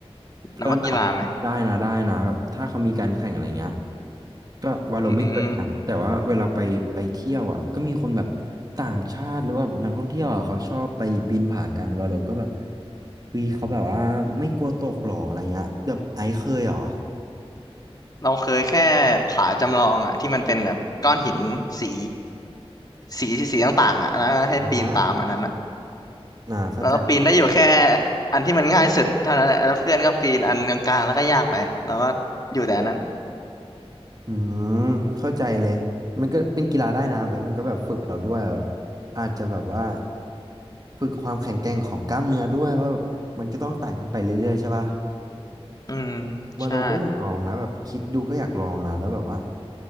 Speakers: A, on the left; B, on the right.
A: นับว่ากีฬาไหม
B: ก็ได้นะได้นะแบบถ้าเขามีการแข่งอะไรเงี้ยก็วาโลไม่เคยนะแต่ว่าเวลาไปไปเที่ยวอ่ะก็มีคนแบบ
A: อืม
B: ต่างชาติหรือว่านักท่องเที่ยวอ่ะเขาชอบไปปีนผากันวาโลก็แบบเฮ้ยเขาแบบว่าไม่กลัวตกหรออะไรเงี้ยแบบไอซ์เคยหรอ
A: เราเคยแค่ผาจำลองอ่ะที่มันเป็นแบบก้อนหินสีสีสีต่างๆอ่ะแล้วให้ปีนตามอันนั้นอ่ะ
B: อ่าอ่าเข้าใจ
A: แล้วก็ปีนได้อยู่แค่อันที่มันง่ายสุดเท่านั้นแหละแล้วเพื่อนก็ปีนอันกลางๆแล้วก็ยากไปแล้วก็อยู่แต่อันนั้น
B: อืมเข้าใจเลยมันก็เป็นกีฬาได้นะแล้วมันก็แบบฝึกเราด้วยแบบอาจจะแบบว่าฝึกความแข็งแกร่งของกล้ามเนื้อด้วยเพราะแบบมันก็ต้องไต่ขึ้นไปเรื่อยๆใช่ป่ะ
A: อืม
B: วาโลก็อยากลองนะแบบคิดดูก็อยากลองนะแล้วแบบว่า
A: ใช่